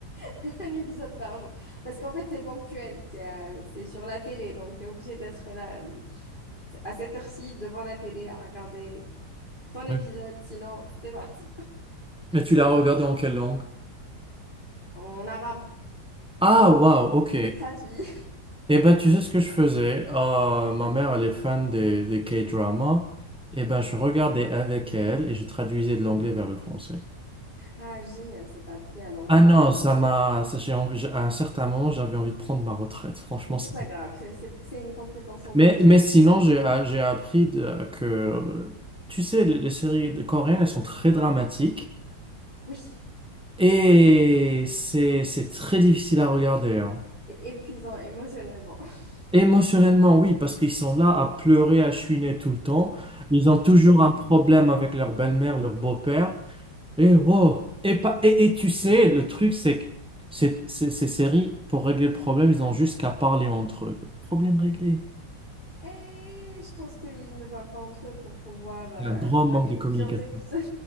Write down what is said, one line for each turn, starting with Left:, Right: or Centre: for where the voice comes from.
Left: <laughs> un épisode par jour. Parce qu'en fait, c'est ponctuel. T'es, euh, c'est sur la télé, donc tu es obligé d'être là à cette heure-ci devant la télé à regarder ton épisode.
Centre: Oui.
Left: Sinon, c'est parti.
Centre: Et tu l'as regardé en quelle langue?
Left: En arabe,
Centre: Ah, wow ok.
Left: c'est traduit.
Centre: Eh ben, tu sais ce que je faisais? Euh, ma mère, elle est fan des, des K-dramas. Eh ben, je regardais avec elle et je traduisais de l'anglais vers le français.
Left: Ah, génial, ça t'a appris alors
Centre: Ah
Left: à parler.
Centre: non, ça m'a, ça, j'ai envie- j'ai- à un certain moment, j'avais envie de prendre ma retraite. Franchement,
Left: Mais c'est
Centre: c'est
Left: pas grave, c'est c'est- c'est une compétence en
Centre: Mais,
Left: plus.
Centre: mais sinon, j'ai, a- j'ai appris de- que, tu sais, les, les séries de- coréennes, elles sont très dramatiques
Left: Oui,
Centre: et c'est, c'est très difficile à regarder. hein.
Left: c'est épuisant émotionnellement. <laughs>
Centre: Émotionnellement, oui, parce qu'ils sont là à pleurer, à chouiner tout le temps. Ils ont toujours un problème avec leur belle-mère, leur beau-père. Et wow. Et, pas, et, et tu sais, le truc, c'est que ces, ces, ces séries, pour régler le problème, ils ont juste qu'à parler entre eux. Problème réglé.
Left: Et je pense qu'ils ne parlent pas entre eux pour pouvoir euh,
Centre: Il y a un grand
Left: donner
Centre: manque de communication.
Left: plusieurs épisodes.